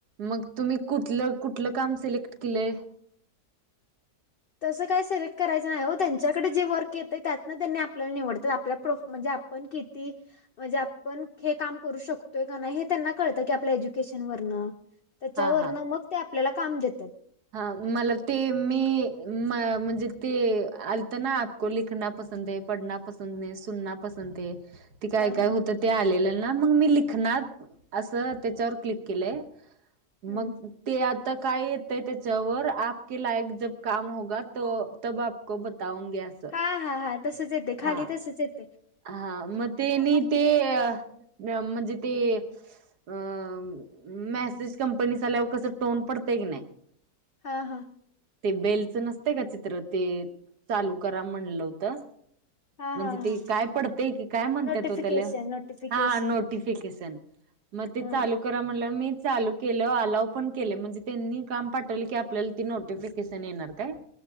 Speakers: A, on the right; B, on the left.
A: मगं तुम्हीं कुंठलं कुंठलं कामं सिलेक्ट केलंय.
B: तसं काय सिलेक्ट करायचं नाही हो त्यांच्याकडेच जे वर्क येतंय त्यांतनं त्यांनी आपल्याला निवडतांत आपल्या प्रूफ म्हणजे आपं पणं किती, म्हणजे आपणं हे कामं करूं शकतोय कां नाहीं हे त्यांना कळतं की आपल्या एज्युकेशन वरनं. त्यांच्यावरण
A: हा हा
B: मगं ते आपल्यांला कामं देत्यांत.
A: हां मलां ते मी मं म्हणजे ते आलतनां आपको लिखना पसंद है पडना पसंद है सुननां पसंतये ती कायं
B: हां हां
A: कायं हुतं ते आलेलं नां मगं मी लिखणांत असं त्यांच्यावर क्लिक केलंय.
B: हं
A: मगं
B: हं.
A: ते आंता कायं ये तयं त्यांच्यावर आपकी लायक जबं कामं होगां तो तबं आपको बताऊंगी असं
B: हां हां हां तसंच येतंय खाली
A: हां,
B: तसंच येतंय.
A: हां मगं तेनी ते अं म्हणजे ते अं मेसेज कंपनीस आल्यांवर कसं टोन पडतंय की नांय.
B: हां हां
A: ते बेलचं नसंतय कां चित्रं ते चालूं करां म्हणलं व्हतं.
B: हां,
A: म्हणजे
B: हां, हां.
A: ते कायं पडतंय की कायं म्हणत्यांत
B: नोटिफिकेशन,
A: ओ त्यांला,
B: नोटिफिकेशन.
A: हां नोटीफिकेशन मगं ते
B: हां,
A: चालूं करां म्हणल्यांवर मी चालूं केलं अलांव पणं केलं म्हणजे त्यांनी कामं पाठवलं की आपल्यांला ती नोटिफिकेशन येणारं कायं.